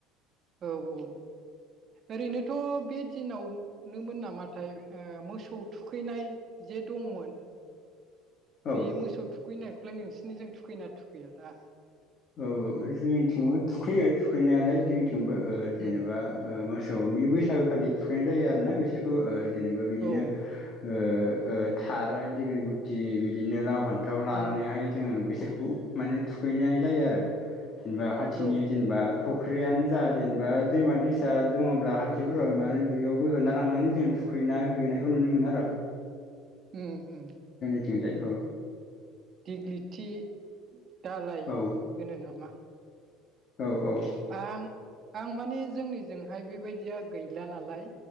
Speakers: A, on the right; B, on the left.
A: औ औ। ओरैनोथ' बे दिनावनोमोन नामाथाय ओ मोसौ थुखैनाय जे दंमोन। बे
B: औ
A: मोसौ थुखैनायखौलाय नोंसिनिजों थुखैना थुखैया दा?
B: औ जोंनिथिंबो थुखैयो थुखैनायालाय जोंथि थिंबो ओ जेनेबा
A: उम
B: ओ मोसौनि बैसागो खालि थुखैनाय जायो आरोना बिसोरखौ ओ जेनेबा बिदिनो
A: औ
B: ओ ओ थारा डिगि गुथि दि बिदिनो लाव फान्थाव लानानैहाय
A: उम
B: जोङो बेसोरखौ माने थुखैनाय जायो आरो। जेनबा हाथिनि
A: औ
B: जेनबा फुख्रियानो जा जेनेबा दैमा दैसा दङब्ला हाथिफोराव मा बियावबो होना लांनानै जों थुखैना है नायखौ नुनो मोनो आरो।
A: उम उम
B: थिंजाय औ।
A: दिग्लिथि दालाय
B: औ
A: होनो नामा?
B: औ औ।
A: आं आं माने जोंनिजोंहाय बेबायदिया गैला नालाय